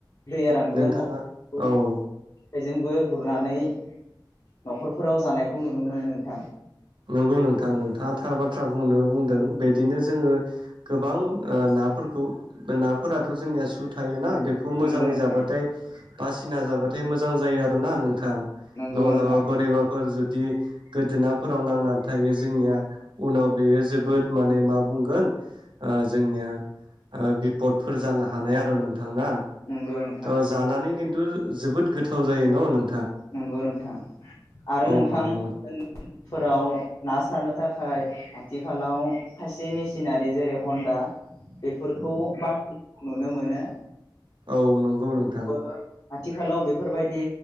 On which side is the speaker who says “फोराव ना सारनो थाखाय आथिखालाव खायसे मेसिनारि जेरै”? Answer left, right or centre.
Left